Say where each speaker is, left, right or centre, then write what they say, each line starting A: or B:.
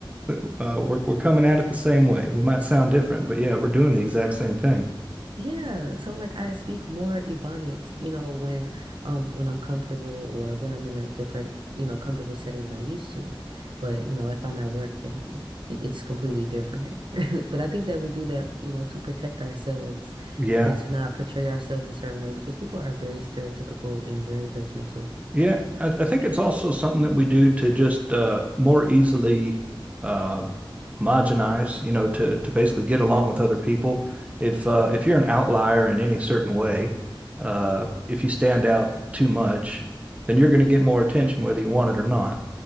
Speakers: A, on the right; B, on the right.
A: we- uh we're we're coming at it the same way. We might sound different, but yeah, we're doing the exact same thing.
B: Yeah, so like I speak more Ebonics, you know, when um when I'm comfortable or when I'm in a different, you know, comfortable setting that I'm used to. But, you know, if I'm at work then it- it's completely different. <laughs> But I think that we do that, you know, to protect ourselves
A: Yeah.
B: and to not portray ourselves a certain way because people are very stereotypical and very judgmental.
A: Yeah, I, I think it's also something that we do to just uh, more easily um, homogenize, you know, to to basically get along with other people. If uh, if you're an outlier in any certain way, uh, if you stand out too much, then you're going to get more attention whether you want it or not.